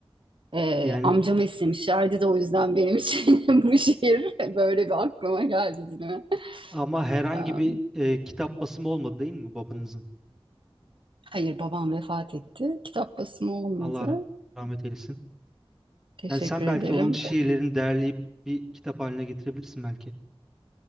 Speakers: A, on the right (about 60°); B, in the centre.
A: Ee,
B: Yani
A: amcam istemişlerdi de o yüzden benim için <laughs> bu şiir böyle bir aklıma geldi dilime.
B: ama herhangi
A: Ee,
B: bir e, kitap basımı olmadı değil mi babanızın?
A: hayır babam vefat etti. Kitap basımı olmadı.
B: Allah rahmet eylesin.
A: Teşekkür
B: Yani sen belki
A: ederim.
B: onun şiirlerini derleyip bir kitap haline getirebilirsin belki.